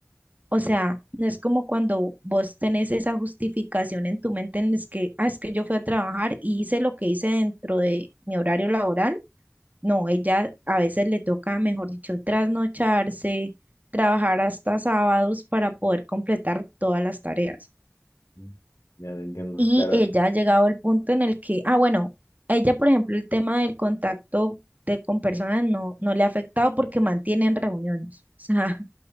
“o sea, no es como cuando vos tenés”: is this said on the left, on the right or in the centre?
Right